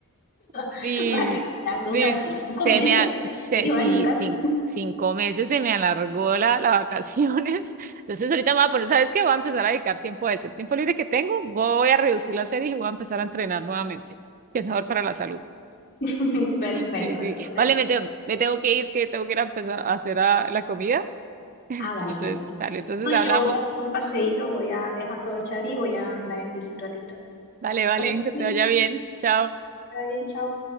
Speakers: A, on the right; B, on the left.
A: Sí,
B: <laughs> Vale, ya son
A: sí,
B: casi
A: se
B: cinco meses,
A: me, a- se,
B: medio
A: sí,
B: año casi.
A: cin- cinco meses se me alargó la, las vacaciones. Entonces ahorita me voy a poner, ¿sabes qué? Voy a empezar a dedicar tiempo a eso. El tiempo libre que tengo, voy a reducir la serie y voy a empezar a entrenar nuevamente, que es mejor para la salud.
B: <laughs> Perfecto,
A: Sí, sí.
B: entonces.
A: Vale, me, te- me tengo que ir, que tengo que ir a empezar a hacer a- la comida. Entonces,
B: Ah, vale, vale.
A: dale,
B: Sí.
A: entonces
B: No,
A: hablamos.
B: yo voy a dar un paseíto, voy a ve- aprovechar y voy a andar en bici un ratito.
A: Vale,
B: Hasta
A: vale,
B: luego,
A: que
B: Liz.
A: te vaya bien. Chao.
B: Está bien, chao.